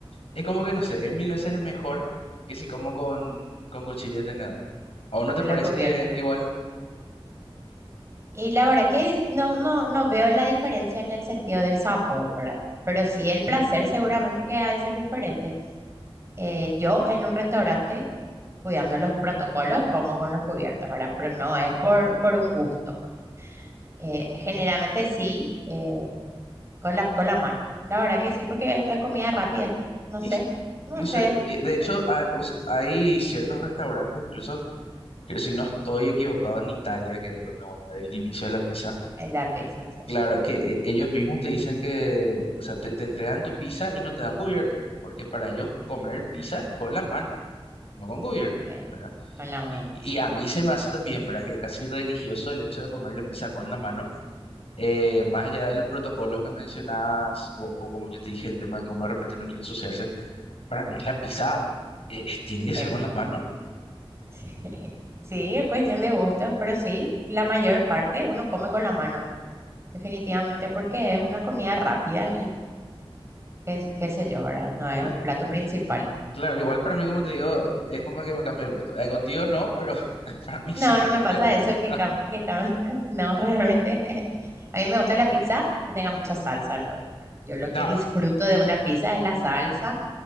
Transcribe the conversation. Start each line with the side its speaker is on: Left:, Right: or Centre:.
Left: es como que, no sé, es mil veces mejor que si como con, con cuchillo de tenedor. ¿A vos no te
Right: con
Left: parece
Right: los cubiertos.
Left: igual?
Right: Y la verdad que no, no, no veo la diferencia en el sentido del sabor, ¿verdad? Pero
Left: Mm.
Right: sí el placer seguramente que ha de ser diferente. Eh, yo en un restaurante, cuidando los protocolos, como con los cubiertos, ¿verdad? Pero
Left: Ah.
Right: no es por, por un gusto. Eh, generalmente sí, eh, con la, con la mano. La verdad que sí, porque es comida rápida. No
Left: Y
Right: sé,
Left: sí,
Right: no
Left: no
Right: sé.
Left: sé, eh, de hecho, ha- o sea, hay ciertos restaurantes, incluso, que si no estoy equivocado, en Italia, que es donde, bueno, el inicio de la pizza,
Right: Es la pizza, sí.
Left: claro que eh, ellos mismos te dicen que, o sea, te, te entregan tu pizza y no te dan cubierto, porque para ellos comer pizza es con la mano, no con cubierto.
Right: eh,
Left: ¿verdad?
Right: con la mano,
Left: Y, y
Right: sí.
Left: a mí se me hace también, ¿verdad? Que es casi religioso el hecho de comer la pizza con la mano, eh, más allá de los protocolos que mencionabas, o, o como yo te dije, el tema de que uno de repente no quiere ensuciarse, para mí la pizza eh, eh, tiene que ser
Right: Es-
Left: con la mano,
Right: <laughs> sí, Sí, es cuestión de gustos, pero sí, la mayor parte uno come con la mano. Definitivamente porque es una comida rápida y qué, qué sé yo, ¿verdad? No es
Left: ¿eh?
Right: un plato principal.
Left: Claro, igual para mí, como te digo, es como que me cambia el gusto. Eh, contigo no, pero <laughs> para mí
Right: No,
Left: sí me
Right: no me
Left: cambia
Right: pasa
Left: el gusto.
Right: eso que, cam- que cam- <laughs> No, realmente. <laughs> A mí me gusta la pizza que tenga mucha
Left: Ujú.
Right: salsa luego. ¿verdad? Yo lo que
Left: No,
Right: disfruto
Left: sí.
Right: de una pizza es la salsa,